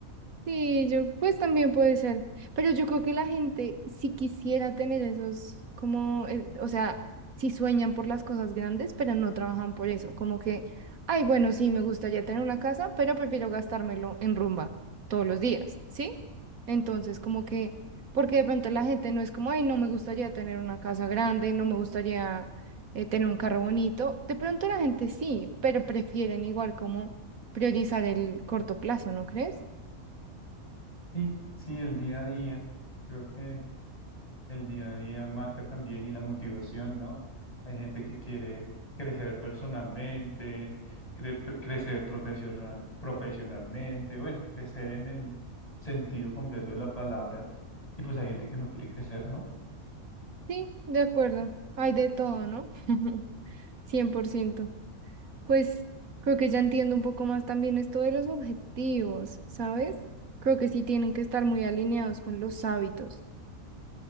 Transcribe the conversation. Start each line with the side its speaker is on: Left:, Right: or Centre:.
Right: Sí, yo, pues también puede ser, pero yo creo que la gente si quisiera tener esos, como, eh, o sea, si sueñan por las cosas grandes, pero no trabajan por eso, como que, ay, bueno, sí, me gustaría tener una casa, pero prefiero gastármelo en rumba todos los días, ¿sí? Entonces, como que, porque de pronto la gente no es como, ay, no me gustaría tener una casa grande, no me gustaría eh, tener un carro bonito, de pronto la gente sí, pero prefieren igual como priorizar el corto plazo, ¿no crees?
Left: Sí, sí, el día a día. Creo que El día a día marca también y la motivación, ¿no? Hay gente que quiere crecer personalmente, cre- crecer profesional, profesionalmente, bueno, crecer en el sentido completo de la palabra. Y pues hay gente que no quiere crecer, ¿no?
Right: Sí, de acuerdo. Hay de todo, ¿no? <laughs> 100%. Pues creo que ya entiendo un poco más también esto de los objetivos, ¿sabes? Creo que sí tienen que estar muy alineados con los hábitos.